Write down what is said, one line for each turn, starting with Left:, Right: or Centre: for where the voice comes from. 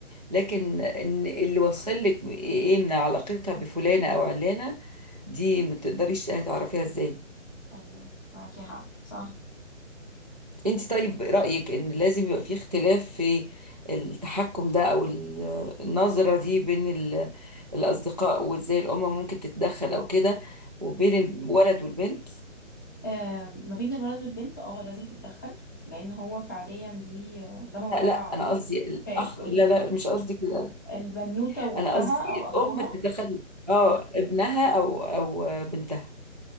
Right: لكن ان اللي وصل لك ايه من علاقتها بفلانة او علانة دي ما تقدريش هتعرفيها ازاي
Left: ايوه معاكي حق صح
Right: انت طيب رأيك ان لازم يبقى في اختلاف في التحكم ده او ال- النظرة دي بين ال- الأصدقاء وازاي الأم ممكن تتدخل او كده وبين الولد والبنت
Left: آه، ما بين الولد والبنت اه لازم تتدخل لان هو فعليا دي آه، ده موضوع
Right: لا لا انا قصدي الاخ
Left: شائك قولي
Right: لا
Left: لي
Right: لا مش قصدي كده
Left: البنوته واختها
Right: انا قصدي
Left: او
Right: الأم
Left: اخوها
Right: تتدخل اه ابنها او او بنتها